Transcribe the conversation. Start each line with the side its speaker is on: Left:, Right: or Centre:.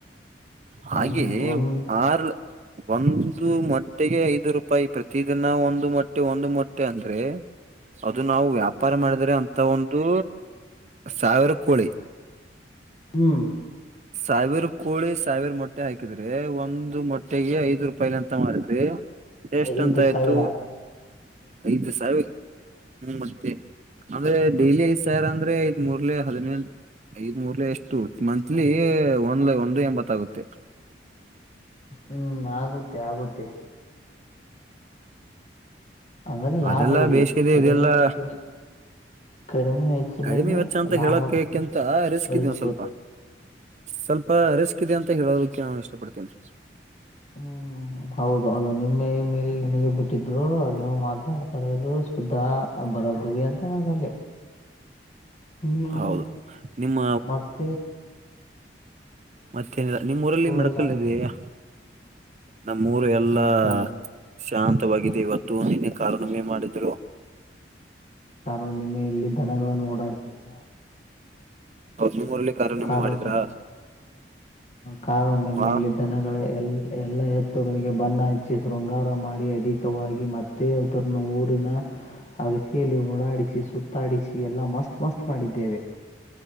Right: ಹಾಗೆ
Left: ಒಂದ್ ಒಂದ್
Right: ಆರ್ ಒಂದು ಮ ಮೊಟ್ಟೆಗೆ ಐದು ರೂಪಾಯಿ ಪ್ರತಿದಿನ ಒಂದು ಮೊಟ್ಟೆ ಒಂದು ಮೊಟ್ಟೆ ಅಂದ್ರೆ ಅದು ನಾವು ವ್ಯಾ ವ್ಯಾಪಾರ ಮಾಡಿದ್ರೆ ಅಂತ ಒಂದು ಸಾವಿರ ಕೋಳಿ
Left: ಹ್ಮ್
Right: ಸಾಹೇಬ್ರು ಕೋಳಿ ಸಾವಿರ ಮೊಟ್ಟೆ ಹಾಕಿದ್ರಿ ಒಂದ್ ಮೊಟ್ಟೆಗೆ ಐದ್ ರೂಪಾಯಿಲಿ ಅಂತ ಮಾಡಿದ್ರಿ ಎಷ್ಟಂತ
Left: ಐದು
Right: ಆಯ್ತು
Left: ಸಾವಿರ
Right: ಐದ್ ಸಾವಿರ ಹ್ಮ್ ಮತ್ತೆ ಅಂದ್ರೆ ಡೈಲಿ ಐದ್ ಸಾವಿರ ಅಂದ್ರೆ ಐದ್ ಮೂರ್ಲೆ ಹದಿನೆೇಳು ಐದ್ ಮೂರ್ ಲ ಎಷ್ಟು ಮಂತ್ಲಿ ಒಂದ್
Left: ಅನ್
Right: ಒಂದು ಎಂಬತ್ ಆಾಗುತ್ತೆ
Left: ಹ್ಮ್ ಆಗುತ್ತೆ ಆಗುತ್ತೆ ಹಂಗಂದ್ರೆ
Right: ಅದೆಲ್ಲಾ
Left: ಲಾಭ ಇದೆ
Right: ಬೇಸಿಗೆದೆ
Left: ಕಡಿಮೆ
Right: ಇದೆಲ್ಲಾ
Left: ವೆಚ್ಚಿನ ಕಡಿಮೆ ವೆಚ್ಚಲನೇ
Right: ಕಡಿಮೆ ವೆಚ್ಚ ಅಂತ
Left: ಲಾಭ
Right: ಹೇಳಕಕಿಂತ ರಿಸ್ಕ್
Left: ಗಳಿಸುವುದು
Right: ಇದೀವ ಸ್ವಲ್ಪ ಸ್ವಲ್ಪ ರಿಸ್ಕ್ ಇದೆ ಅಂತ ಹೇಳೋದಕ್ಕೆ ನಾನು ಇಷ್ಟಪಡ್ತೇನೆ
Left: ಹ್ಮ್ ಹೌದು ಅದು ನಿಮ್ಮೆ ಮೇಲೆ ನಿನಗೆ ಬಿಟ್ಟಿದರು ನೀವು ಮಾತಾಡ್ತಾರ ಇದು ಸ್ದಾ ಬರಬ್ಬರಿ ಅಂತ ಆಲ್ಲಿ ನೀವು
Right: ಹೌದು ನಿಮ್ಮ
Left: ಮಾಡತೆ
Right: ಮತ್ತೇನಿಲ್ಲ ನಿಮ್ಮ್ ಊರಲ್ಲಿ ಮಡಕಲ್
Left: ಎಲ್ಲ
Right: ಇದಯಾ ನಮ್ಮೂರು ಎಲ್ಲಾ
Left: ಮೆಡಿಕಲ್
Right: ಶಾಂತ ವಾಗಿದೆ ಇವತ್ತು ನಿನ್ನ ಕಾರಣವೇ ಮಾಡಿದ್ರು
Left: ಕಾರು ನಿಮೆ ಎಲ್ಲಿ ದನಗಳನ್ನು ಓಡಾಡ್ಸಿದ್ರ
Right: ಹೌಸ ಮಮರಲಿ ಕಾರ ನಿಮ್ಮೆ
Left: ಕಾರು
Right: ಮಾಡಿದ್ರಾ
Left: ಕಾರುಣ
Right: ಹಾ
Left: ಮೇಲೆ ದನಗಳ ಎಲ್ಲ ಎಲ್ಲ ಎತ್ತುಗಳಿಗೆ ಬಣ್ಣ ಹಚ್ಚಿ ಶೃಂಗಾರ ಮಾಡಿ ಅಧಿಕವಾಗಿ ಮತ್ತೆ ಎಥರನ ಊರಿನ ಆ ರ ಸಿಯಲ್ಲಿ ಉಓಡಾಡಿಸಿ ಸುತ್ತಾಡಿಸಿ ಎಲ್ಲ ಮಸ್ತ್ ಮಸ್ತ್ ಮಾಡಿದ್ದೇವೆ